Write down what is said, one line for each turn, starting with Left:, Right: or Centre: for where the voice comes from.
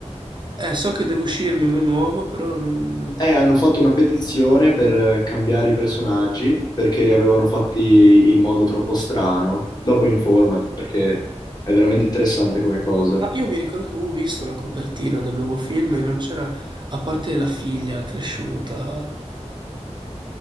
Right: Eh, so che deve uscirne uno nuovo, però non...
Left: Eh, hanno fatto una petizione per eh, cambiare i personaggi perché li avevano fatti in modo troppo strano. Dopo informati perché è veramente interessante come cosa.
Right: Ma io mi ricordo che avevo visto la copertina del nuovo film e non c'era, a parte la figlia cresciuta.